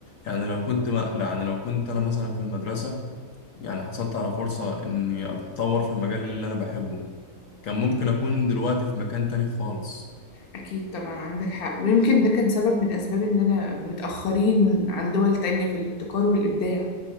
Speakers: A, on the left; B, on the left.
A: يعني لو كنت ما يعني لو كنت أنا مثلا في المدرسة يعني حصلت على فرصة إني أتطور في المجال اللي أنا بحبه كان ممكن أكون دلوقتي في مكان تاني خالص
B: أكيد طبعا عندك حق ويمكن ده كان سبب من أسباب إننا متأخرين عن دول تانية في الابتكار والإبداع